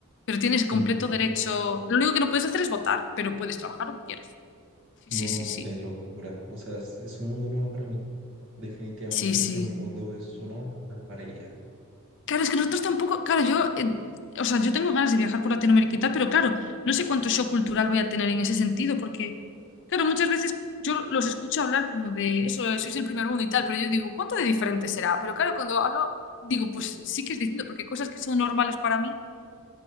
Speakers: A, on the left; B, on the right.
A: Pero tienes completo
B: Mm,
A: derecho. Lo único que no puedes hacer es votar, pero puedes trabajar lo que quieras. Sí,
B: no,
A: sí, sí, sí.
B: qué locura, o sea, es, es un mundo nuevo para mí, definitivamente
A: Sí, sí.
B: el primer mundo es una barbaridad,
A: Claro, es que nosotros tampoco, claro, yo, eh, o sea, yo tengo ganas de viajar por Latinoamérica y tal, pero claro, no sé cuánto shock cultural voy a tener en ese sentido, porque, claro, muchas veces yo los escucho hablar como de eso, sois el primer mundo y tal, pero yo digo, ¿cuánto de diferente será? Pero claro, cuando hablo, digo, pues sí que es distinto, porque hay cosas que son normales para mí,